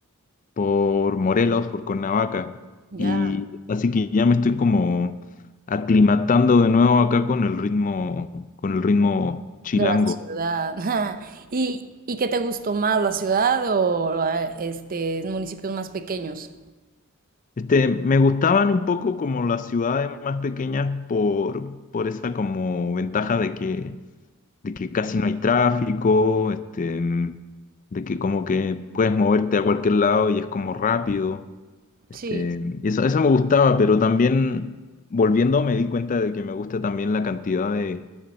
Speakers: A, on the left; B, on the right.
A: por Morelos, por Cuernavaca.
B: ya
A: Y así que ya me estoy como aclimatando de nuevo acá con el ritmo, con el ritmo chilango.
B: de la ciudad. <laughs> ¿Y, y qué te gustó más, la ciudad o la- este, municipios más pequeños?
A: Este, me gustaban un poco como las ciudades más pequeñas por, por esa como ventaja de que, de que casi no hay tráfico, este, de que como que puedes moverte a cualquier lado y es como rápido. Este,
B: Sí,
A: y eso, eso me gustaba, pero también volviendo me di cuenta de que me gusta también la cantidad de,